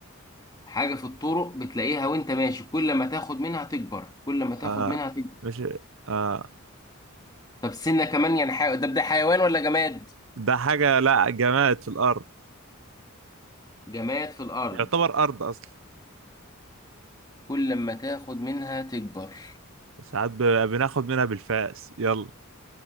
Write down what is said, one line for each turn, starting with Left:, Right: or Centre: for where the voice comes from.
Left: حاجة في الطرق بتلاقيها وانت ماشي كل ما تاخد منها تكبر كل ما تاخد
Right: آه
Left: منها تكبر
Right: مش آه
Left: طب سنة كمان يعني حي... ده ده حيوان ولا جماد
Right: ده حاجة لا جماد في الأرض
Left: جماد في الأرض
Right: يعتبر ارض اصلا
Left: كل ما تاخد منها تكبر
Right: ساعات ب- بناخد منها بالفاس يلا